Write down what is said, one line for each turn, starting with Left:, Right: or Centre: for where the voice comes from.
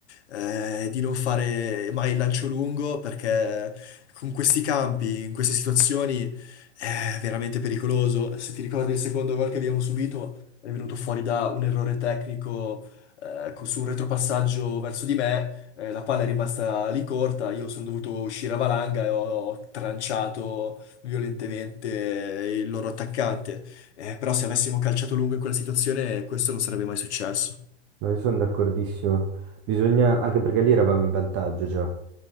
Left: eh, di non fare mai il lancio lungo, perché con questi campi, in queste situazioni, è veramente pericoloso. Se ti ricordi il secondo gol che abbiamo subito, è venuto fuori da un errore tecnico eh, co- su un retropassaggio verso di me eh, la palla è rimasta lì corta, io sono dovuto uscire a valanga e ho, ho tranciato violentemente il loro attaccante. Eh, però se avessimo calciato lungo in quella situazione, questo non sarebbe mai successo.
Right: No, io sono d'accordissimo. Bisogna, anche perché lì eravamo in vantaggio già.